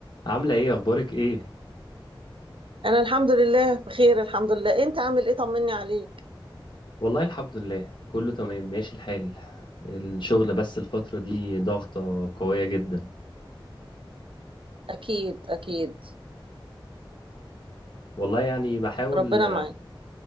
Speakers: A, on the left; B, on the right.
A: عاملة ايه اخبارك ايه
B: انا الحمد لله بخير الحمد لله انت عامل ايه طمني عليك
A: والله الحمد لله كله تمام ماشي الحال الشغل بس الفترة دي ضغطة قوية جدا
B: اكيد اكيد
A: والله يعني بحاول
B: ربنا معاك